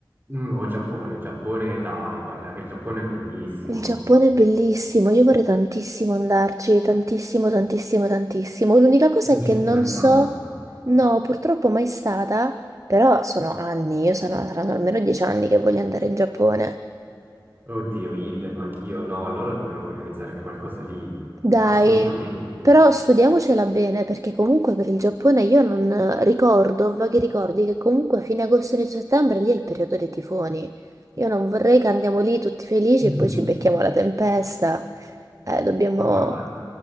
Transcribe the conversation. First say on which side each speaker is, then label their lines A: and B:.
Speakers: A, on the right; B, on the right.
A: Mm, o Giappone, Giappone, dai, guarda che il Giappone è bellissimo.
B: Il Giappone è bellissimo, io vorrei tantissimo andarci, tantissimo, tantissimo, tantissimo. L'unica cosa
A: Non
B: è
A: ci
B: che
A: sei
B: non
A: mai stata?
B: so, no, purtroppo mai stata, però sono anni, io sono, saranno almeno dieci anni che voglio andare in Giappone.
A: Oddio, idem, anch'io. No, allora dobbiamo organizzare qualcosa lì.
B: Dai,
A: Assolutamente.
B: però studiamocela bene, perché comunque per il Giappone io non ricordo, ho vaghi ricordi che comunque a fine agosto, inizio settembre, lì è il periodo dei tifoni. Io non vorrei che andiamo lì tutti felici
A: Mm.
B: e poi ci becchiamo la tempesta. Eh, dobbiamo...
A: Ma guarda,